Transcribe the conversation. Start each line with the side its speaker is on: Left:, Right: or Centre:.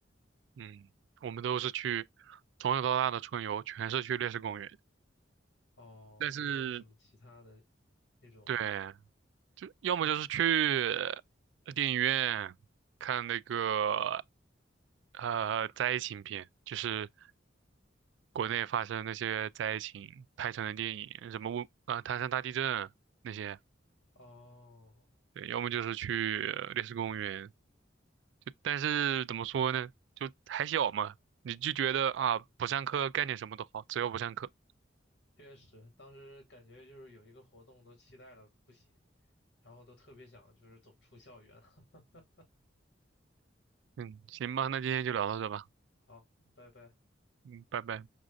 Right: 嗯，我们都是去从小到大的春游，全是去烈士公园。
Left: 哦，
Right: 但是，
Left: 没有什么其他的那种
Right: 对，就要么就是去呃电影院看那个呃灾情片，就是国内发生那些灾情拍成的电影，什么汶呃唐山大地震那些。
Left: 哦，
Right: 对，要么就是去呃烈士公园。就但是怎么说呢，就还小嘛，你就觉得啊不上课干点什么都好，只要不上课。
Left: 确实，当时感觉就是有一个活动都期待了不行，然后都特别想就是走出校园。<laughs>
Right: 嗯，行吧，那今天就聊到这吧。
Left: 好，拜拜。
Right: 嗯，拜拜。